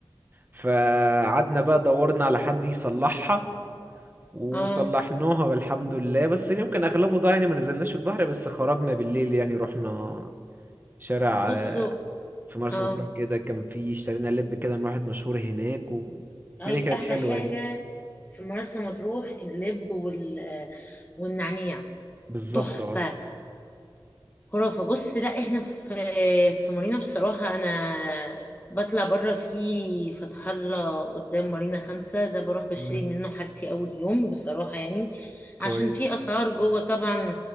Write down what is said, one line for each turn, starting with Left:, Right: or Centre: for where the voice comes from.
Right: فقعدنا بقى دورنا على حد يصلحها وصلحناها
Left: اه
Right: والحمد لله بس اليوم كان اغلبه ضايع يعني ما نزلناش في البحر بس خرجنا بالليل يعني رحنا شارع
Left: بصوا
Right: آه، في مرسى
Left: اه
Right: مطروح كده كان في اشترينا لب كده من واحد مشهور هناك والدنيا
Left: هي
Right: كانت
Left: احلى
Right: حلوه
Left: حاجه
Right: يعني
Left: في مرسى مطروح اللب وال... والنعناع
Right: بالظبط
Left: تحفه
Right: اه
Left: خرافه بص لا احنا في في مارينا بصراحه انا بطلع بره في فتح الله قدام مارينا خمسة ده بروح بشتري
Right: مم.
Left: منه حاجتي اول يوم بصراحه يعني
Right: كويس
Left: عشان في اسعار جوه طبعا